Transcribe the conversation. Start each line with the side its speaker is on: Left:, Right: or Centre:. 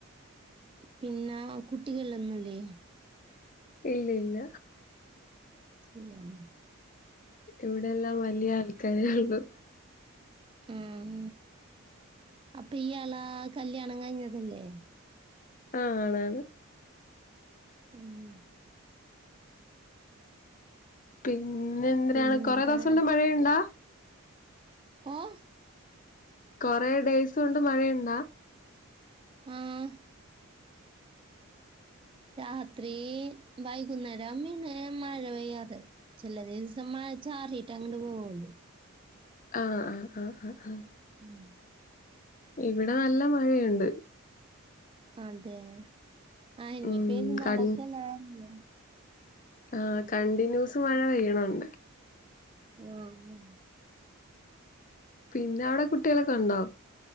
Right: പിന്നെ കുട്ടികളൊന്നൂല്ലേ
Left: ഇല്ല ഇല്ല
Right: ഇല്ലാലേ
Left: ഇവിടെയെല്ലാം വല്ല്യ ആൾക്കാരേ ഒള്ളു
Right: ഉം അപ്പൊ ഇയാളെ കല്യാണം കഴിഞ്ഞതല്ലേ
Left: ആ ആണാണ്
Right: ഉം
Left: പിന്നെന്തിനാണ്
Right: പിന്നെന്താണ്
Left: കൊറേ ദെവസോണ്ട് മഴയ്ണ്ടാ?
Right: <unintelligible>
Left: കൊറേ ദിവസം കൊണ്ട് മഴ ഉണ്ടോ
Right: ആഹ് രാത്രി വൈകുന്നേരം പിന്നെ മഴ പെയ്യാതെ ചെല ദിവസം മഴ ചാറീട്ടങ്ങട് പോവൊള്ളു
Left: ആഹ് ആഹ് ആഹ് ആഹ് ആഹ്
Right: ഉം
Left: ഇവിടെ നല്ല മഴയുണ്ട്
Right: അതെ ആ ഇനി
Left: ഉം
Right: പെര്ന്നാളൊക്കല്ലെ
Left: കൺ
Right: വെര്ണ്
Left: ആഹ് കണ്ടിന്യൂസ് മഴ പെയ്യണണ്ട്
Right: ആന്ന്
Left: പിന്നെ അവിടെ കുട്ടികളൊക്കെ ഉണ്ടോ